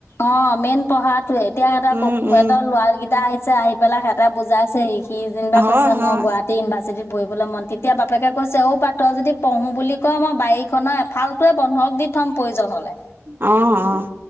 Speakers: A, on the left (about 55°); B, on the right (about 45°).
A: অ' মেইন পঢ়াটোৱয়ে এতিয়া সঁত
B: উম উম
A: এহঁত লৰা কেইটা আহিছে আহি পেলাই সিহঁত এটা বুজাইছে সি সি যেনিবাৰ
B: হয়
A: কৈছে
B: হয়
A: মই গুৱাহাটী ইউনিভাৰ্চিটিত পঢ়িবলৈ মন ট এতিয়া বাপেকে কৈছে অঔ পাত তই যদি পঢ়ো বুলি কয় মই বাৰীখনৰ এফালটোৱে বন্ধক দি থম প্ৰয়োজন হলে।
B: অ', অ'।